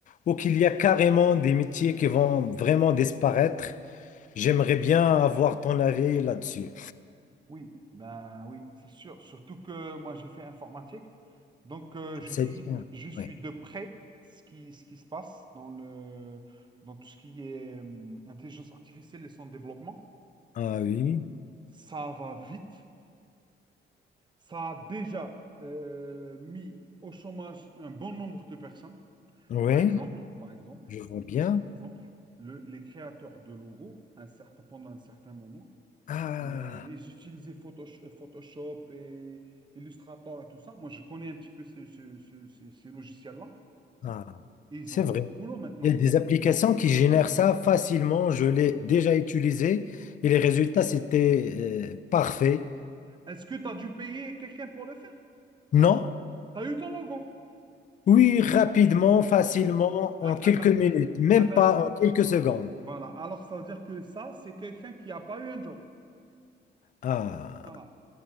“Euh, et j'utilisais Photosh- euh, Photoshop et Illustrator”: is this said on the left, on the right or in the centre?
Right